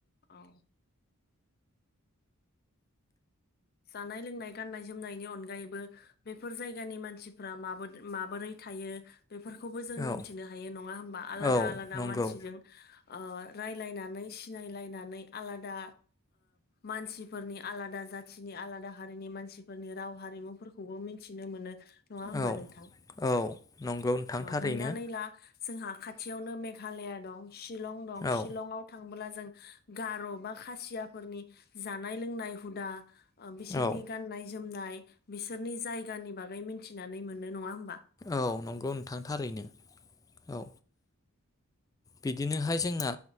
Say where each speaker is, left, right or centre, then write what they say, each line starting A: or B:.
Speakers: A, on the left; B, on the left.
A: औ। जानाय लोंनाय गान्नाय जोमनायनि अनगायैबो बेफोर जायगानि मानसिफ्रा मा माबोरै थ थायो बेफोरखौबो जों
B: औ
A: मिथिनो हायो नङा हबा आलादा
B: औ
A: आलादा
B: नंगौ
A: मानसिजों रायजलायनानै सिनायलायनानै आलादा मानसिफोरनि आलादा जाथि मानसिनि आलादा हारिनि मानसिफोरनि राव हारिमुफोरखौबो मिथिनो मोनो। नङा हबा
B: औ
A: नोंथां
B: औ नंगौ नोंथां थारैनो
A: हमनानै ला? जोंहा खाथियावनो मेघालया दं शिलं दं
B: औ
A: शिलंआव थां थांब्ला जों गार' बा खासियाफोरनि जानाय लोंनाय हुदा ओ बिसोरनि
B: औ
A: गाननाय जोमनाय बिसोरनि जायगानि बागै मिथिनानै मोननो नङा होम
B: औ नंगौ नोंथां थारैनो औ बिदिनोहाय जोंना